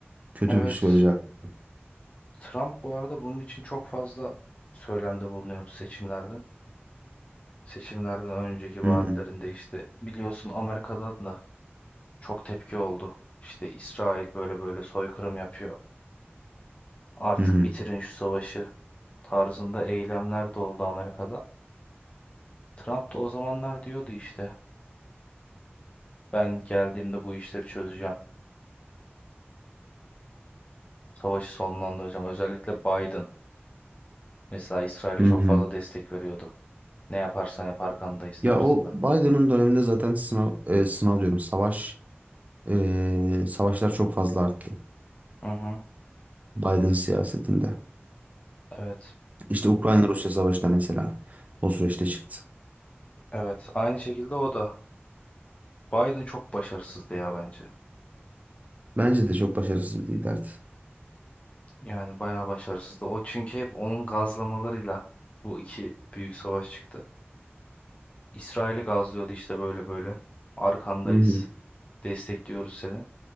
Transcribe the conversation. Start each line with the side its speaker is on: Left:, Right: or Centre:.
Right: Kötü
Left: evet
Right: bir psikoloji. abi.
Left: Trump bu arada bunun için çok fazla söylemde bulunuyordu seçimlerden. Seçimlerden önceki vaatlerinde
Right: Hı hı.
Left: işte biliyorsun Amerika'dan da çok tepki oldu. İşte İsrail böyle böyle soykırım yapıyor. Artık
Right: Hı hı.
Left: bitirin şu savaşı tarzında eylemler de oldu Amerika'da. Trump da o zamanlar diyordu işte ben geldiğimde bu işleri çözeceğim. Savaşı sonlandıracağım. Özellikle Biden mesela İsrail'e
Right: Hı
Left: çok
Right: hı.
Left: fazla destek veriyordu. Ne yaparsan yap arkandayız tarzında.
Right: Ya o Biden'ın döneminde zaten sınav e, sınav diyorum savaş e, savaşlar çok fazla arttı.
Left: Hı hı.
Right: Biden siyasetinde.
Left: Evet.
Right: İşte Ukrayna-Rusya savaşı da mesela o süreçte çıktı.
Left: Evet, aynı şekilde o da. Biden çok başarısızdı ya bence.
Right: Bence de çok başarısız bir liderdi.
Left: Yani bayağı başarısızdı. O çünkü hep onun gazlamalarıyla bu iki büyük savaş çıktı. İsrail'i gazlıyordu işte böyle böyle. Arkandayız.
Right: Hı hı.
Left: Destekliyoruz seni.